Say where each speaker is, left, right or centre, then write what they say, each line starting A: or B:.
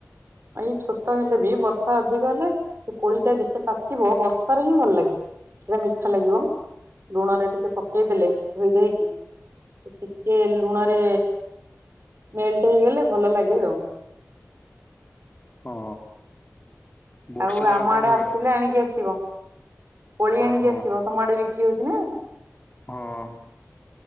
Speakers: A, on the right; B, on the left.
A: ଏଇ ଛୋଟ ହେଲେ ବି ବର୍ଷା ଅଧିକ ହେଲେ ସେ କୋଳିଟା ଯେତେ ପାଚିବ ବର୍ଷାରେ ହିଁ ଭଲ ଲାଗେ। ସେଇଟା ମିଠା ଲାଗିବ ଲୁଣରେ ଟିକେ ପକେଇଦେଲେ ଧୋଇ ଧାଇକି। ସେ ଟିକେ ଲୁଣରେ ମେଲ୍ଟ୍ ହେଇଗଲେ ଭଲ ଲାଗେ ଆଉ।
B: ହଁ। ବର୍ଷାରେ
A: ଆଉ ଆମ
B: କଣ
A: ଆଡେ
B: ହୁଏ
A: ଆସିଲେ ଆଣିକି ଆସିବ, କୋଳି
B: ହଁ
A: ଆଣିକି
B: ହଁ
A: ଆସିବ ତମ ଆଡେ ବିକ୍ରି ହଉଛି ନା।
B: ହଁ।